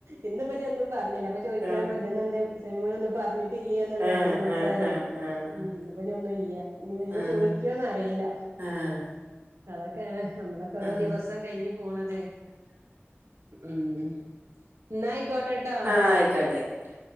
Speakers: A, on the right; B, on the right.
A: ഇന്നിപ്പ ഞാന്നും പറഞ്ഞില്ല അപ്പൊ ചോദിക്കാ
B: ആഹ്
A: <inaudible> ല്ല്യേനാനുള്ളത് എന്നുള്ളത്
B: ആഹ്
A: ചോയ്ച്ചാലേ
B: ആഹ് ആഹ്
A: ഉം ഇപ്പ ഒന്നും ഇല്ല്യ ഇനി വരുമ്പോ
B: ആഹ്
A: ചോയിക്കുവോന്നറിയില്ല
B: ആഹ് ആഹ്
A: അതൊക്കെയാണ് നമ്മളൊക്കെ ഓരോ
B: ആഹ്
A: ദിവസം കയിഞ് പോണത് ഉം ന്നായിക്കോട്ടെട്ടോ
B: ആഹ ആയിക്കോട്ടെ ആയിക്കോട്ടെ